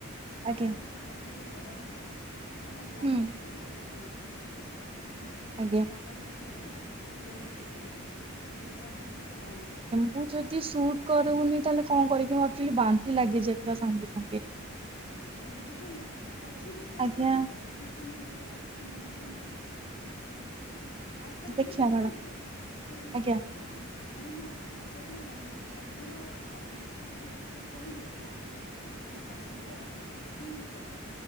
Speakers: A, on the left (about 55°); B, on the right (about 25°).
A: ତ କଣ
B: ଆଜ୍ଞା
A: କରିବ ପାଣି ଯେତଳ ଗରମ ହବ ଆପଣ ବ୍ଲାକ୍
B: ହୁଁ
A: କଫି ଗୋଟେ ଚାମଚ ପକେଇବେ ହେଲା।
B: ଆଜ୍ଞା।
A: ମଚ୍ ପକେଇବେ ଲେମ୍ବୁ ଚିପୁଡିବେ ଲେମ୍ବୁ ଆପଣଙ୍କର ଯାଏନି।
B: ମୁଁ ଯଦି ସୁଟ୍ କରୁନି ତାହେଲେ କଣ କରିବି ମୁଁ ଆକଚୁଆଲି ବାନ୍ତି ଲାଗିଯା ପୁରା ସାଙ୍ଗେ ସାଙ୍ଗେ।
A: ଲେମ୍ବୁ ଚିପୁଡ୍ ଲେ କଫିରେ ଥରେ
B: ଆଜ୍ଞା
A: କେବେ ଦି ତିନି ଡ୍ରପ୍ ପକେଇନା ଦେଖନ୍ତୁ। ଫାଷ୍ଟ ଥର
B: ଦେଖିବା
A: ଟିକେ ଦେଖନ୍ତୁ
B: ମ୍ୟାଡାମ
A: ଯଦି ମ
B: ଆଜ୍ଞା
A: ମ କାହିଁ ନା ବ ସେଥିରେ ଲେମ୍ବୁ ଲେମ୍ବୁ ର କଡା ନଷ୍ଟ କାହିଁ ନା ମୁଁ କହିଦଉଛି କେମିତି ଦେଖନ୍ତୁ ତାହେଲେ ପାଣି ଗରମ ହବ ପିଙ୍କ ସଲ୍ଟ